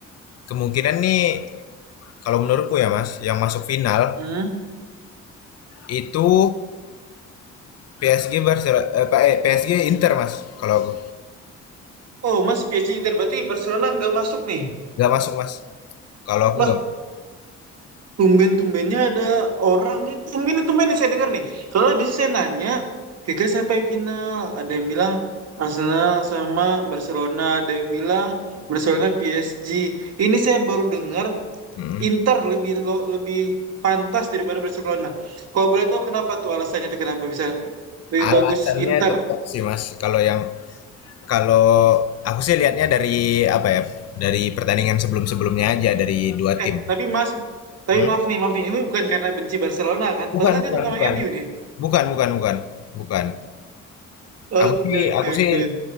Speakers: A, on the left; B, on the right.
A: kemungkinan nih kalau menurutku ya mas yang masuk final
B: Hmm.
A: itu PSG Barcelona eh, pa- eh, PSG Inter mas kalau aku
B: Oh, Mas PSG Inter berarti Barcelona nggak masuk nih.
A: nggak masuk mas kalau aku
B: Wah,
A: nggak
B: tumben-tumbennya ada orang nih. Tumben tumben nih saya dengar nih. Soalnya biasanya saya nanya, kira-kira siapa yang final? Ada yang bilang Arsenal sama Barcelona, ada yang bilang Barcelona PSG. Ini saya baru dengar
A: Mm.
B: Inter lebih lo- lebih pantas daripada Barcelona. Kalau boleh tahu kenapa tuh alasannya tuh kenapa bisa lebih
A: alasannya
B: bagus Inter
A: tetap sih mas kalau yang kalau aku sih lihatnya dari apa ya dari pertandingan sebelum-sebelumnya aja dari dua
B: Eh,
A: tim
B: tapi Mas, tapi
A: Hmm?
B: maaf nih, maaf nih. Ini bukan karena benci Barcelona kan?
A: bukan
B: Padahal kan dia
A: bukan
B: sama-sama
A: bukan
B: MU nih.
A: bukan bukan bukan bukan
B: Oke,
A: aku sih
B: oke,
A: aku
B: oke.
A: sih